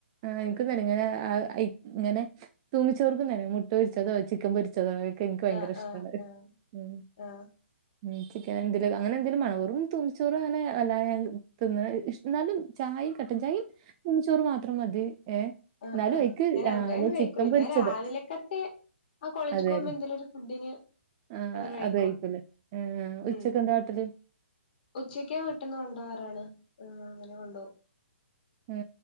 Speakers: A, on the right (about 30°); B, on the left (about 45°).
A: ആ ഇൻക്കും തന്നെ ഇങ്ങനെ അഅ് ആ ഇങ്ങനെ തുമ്മിച്ചോർക്കും തന്നെ മുട്ട പൊരിച്ചതോ ചിക്കൻ പൊരിച്ചതോ <unintelligible>
B: ആ
A: ഇഷ്ടമാണ്
B: ആ ആ
A: ഉം
B: ആ
A: ഉം ചിക്കൻ എന്തെലൊക്കെ അങ്ങനെ എന്തേലും മാണം വെറും തൂമ്പിച്ചോറും അങ്ങനെ വല്ലാതെ ഞാൻ തിന്ന്ണത് ഇഷ് ഇന്നാലും ചായിം കട്ടൻ ചായിം മാത്രം മതി ഏ
B: ആ
A: എന്നാലും
B: ആ
A: അയിക്ക്
B: ഞാൻ അങ്ങനെ
A: ആ അല്ല
B: ഒന്നും കഴിക്കൂല
A: ചിക്കൻ പൊരിച്ചത്
B: ഞാൻ രാവിലക്കത്തെ ആ കോളേജിൽ
A: അതെ
B: പോകുമ്പോ
A: അല്ലേ
B: എന്തെലും ഒരു ഫുഡിന്
A: ആ
B: ഇങ്ങനെ കയിക്കും
A: അത് കഴിക്കൂലേ ഉച്ചക്ക്
B: ഉം
A: എന്താ കാട്ടല്
B: ഉച്ചക്കും വീട്ട്ന്ന് കൊണ്ടാവാറാണ് ഉം അങ്ങനെ കൊണ്ടോവും
A: ഏ